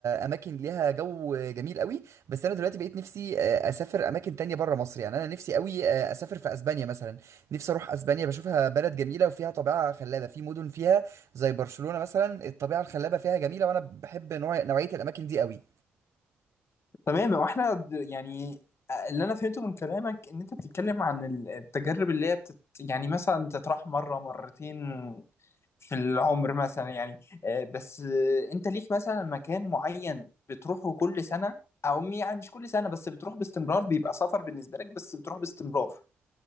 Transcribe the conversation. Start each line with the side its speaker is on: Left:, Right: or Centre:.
Right: اماكن ليها جو جميل قوي بس انا دلوقتي بقيت نفسي آه، اسافر اماكن تانية بره مصر يعني انا نفسي قوي آه، اسافر في اسبانيا مثلا نفسي اروح اسبانيا بشوفها بلد جميله وفيها طبيعه خلابه في مدن فيها زي برشلونة مثلا الطبيعة الخلابة فيها جميلة وانا بحب نوع نوعية الاماكن دي قوي
Left: تمام واحنا د- يعني اللي انا فهمته من كلامك ان انت بتتكلم عن ال- التجارب اللي هي بتت يعني مثلا تطرح مره مرتين في العمر مثلا يعني آه، بس آه، انت ليك مثلا مكان معين بتروحه كل سنه او م- يعني مش كل سنه بس بتروح باستمرار بيبقى سفر بالنسبه لك بس بتروح باستمرار